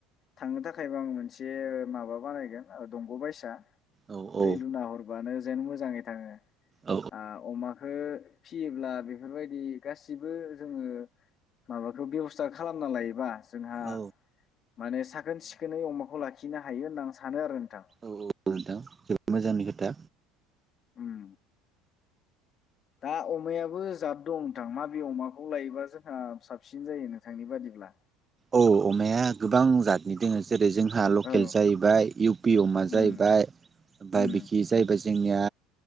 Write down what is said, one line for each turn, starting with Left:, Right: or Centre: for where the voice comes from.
Left: थांनो थाखायबो आं मोनसे माबा बानायगोन दंग' बायसा
Right: औ औ
Left: दै लुना हरबानो जेन मोजाङै थाङो
Right: औ
Left: आ अमाखो फियोब्ला बेफोरबायदि गासिबो जोङो माबाखो बेबस्थाखो खालामना लायोबा जोंहा
Right: औ
Left: माने साखोन सिखोनै अमाखौ लाखिनो हायो होनना आं सानो आरो। नोंथां
Right: औ-औ नोंथां जोबोद मोजांनि खोथा।
Left: उम दा अमायाबो जाद दं नोंथां माबे अमाखौ लायोबा जोंहा साबसिन जायो, नोंथांनि बादिब्ला
Right: औ अमाया गोबां जादनि दोङो। जेरै जोंहा लकेल
Left: औ
Right: जाहैबाय इउ पि अमा
Left: उम
Right: जाहैबाय ओमफाय
Left: उम
Right: बिखि जाहैबाय जोंनिया